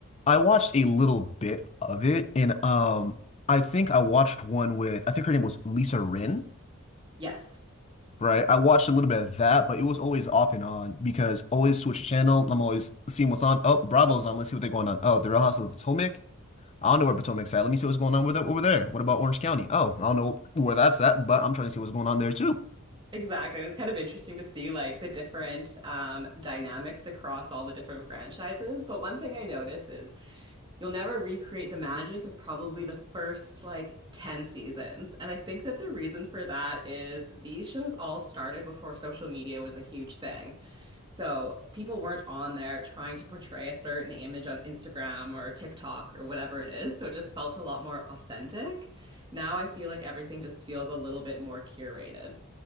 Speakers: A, on the left; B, on the right.
A: I watched a little bit of it, and um, I think I watched one with I think her name was Lisa Rin,
B: Yes.
A: right? I watched a little bit of that, but it was always off and on because always switch the channel. I'm always seeing what's on. Oh, Bravo's on. Let's see what they're going on. Oh, The Real Housewives of Potomac. I don't know where Potomac's at. Let me see what's going on with it over there. What about Orange County? Oh, I don't know where that's at, but I'm trying to see what's going on there too.
B: Exactly. And it's kind of interesting to see like the different um, dynamics across all the different franchises. But one thing I notice is you'll never recreate the magic of probably the first like 10 seasons. And I think that the reason for that is these shows all started before social media was a huge thing. So people weren't on there trying to portray a certain image on Instagram or TikTok or whatever it is. So it just felt a lot more authentic. Now I feel like everything just feels a little bit more curated.